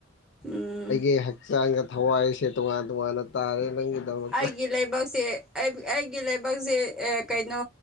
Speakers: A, in the centre; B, on the left.
A: ꯎꯝ
B: ꯑꯩꯒꯤ ꯍꯛꯆꯥꯡꯗ ꯊꯋꯥꯏꯁꯦ ꯇꯣꯉꯥꯟ ꯇꯣꯉꯥꯟꯅ ꯇꯥꯔꯦ ꯅꯪꯒꯤꯗꯃꯛꯇ
A: ꯑꯩꯒꯤ ꯂꯕꯛꯁꯦ ꯑꯩꯒꯤ ꯂꯥꯏꯕꯛꯁꯦ ꯀꯩꯅꯣ